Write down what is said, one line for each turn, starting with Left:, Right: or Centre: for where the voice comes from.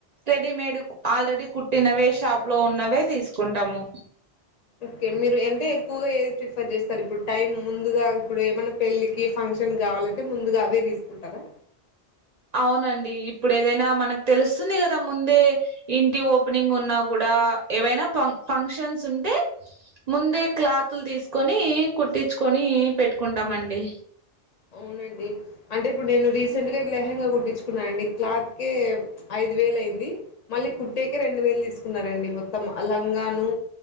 Right: రెడీమేడ్ ఆల్రెడీ కుట్టినవే షాప్ లో ఉన్నవే తీసుకుంటాము.
Left: ఓకే మీరు అంటే ఎక్కువగా ఏది ప్రిఫర్ చేస్తారు ఇప్పుడు టైం ముందుగా ఇప్పుడు ఏమన్నా పెళ్ళికి ఫంక్షన్ కావాలంటే ముందుగా అవే తీసుకుంటారా
Right: అవునండి ఇప్పుడు ఏదైనా మనకు తెలుస్తుంది కదా ముందే ఇంటి ఓపెనింగ్ ఉన్నా కూడా ఏవైన ఫంక్షన్స్ ఉంటే ముందే క్లాతులు తీసుకొని కుట్టించుకొని పెట్టుకుంటామండి.
Left: అవునండి అంటే ఇప్పుడు నేను రీసెంట్ గా లెహెంగా కుట్టించుకున్నా అండి క్లాత్ కే ఐదు వేలు అయింది మళ్ళీ కుట్టేకే రెండు వేలు తీసుకున్నారండి మొత్తం అ లంగాను